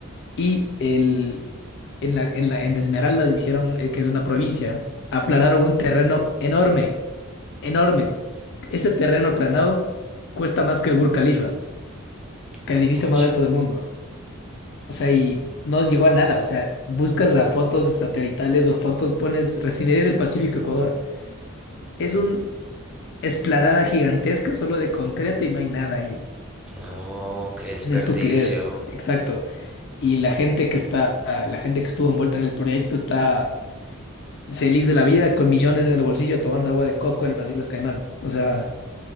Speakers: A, on the left; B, in the centre.
A: Y el, en la, en la- en Esmeraldas hicieron, eh, que es una provincia, aplanaron un terreno enorme, enorme. Ese terreno aplanado cuesta más que el Burj Khalifa,
B: Juepucha.
A: que el edificio más alto del mundo. O sea, y no llegó a nada. O sea, buscas a fotos satelitales o fotos, pones Refinería del Pacífico Ecuador. Es una esplanada gigantesca solo de concreto y no hay nada ahí.
B: No, qué desperdicio.
A: Una estupidez, exacto. Y la gente que está, la gente que estuvo envuelta en el proyecto está feliz de la vida, con millones en el bolsillo, tomando agua de coco en las Islas Caimán. O sea,